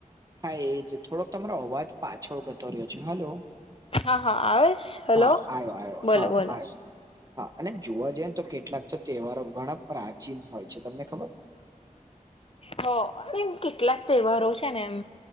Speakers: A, on the right; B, on the left.
A: હા એજ. થોડોક તમારો અવાજ પાછળ ગતો રહ્યો છે. હલો?
B: હા હા આવે છે
A: હા
B: હલો
A: આયો-આયો,
B: બોલો
A: હા
B: બોલો
A: આયો. હા. અને જોવા જઈએ ને તો કેટલાક તો તહેવારો ઘણાં પ્રાચીન હોય છે. તમને ખબર?
B: હા. અને એમ કેટલાક તહેવારો છે ને એમ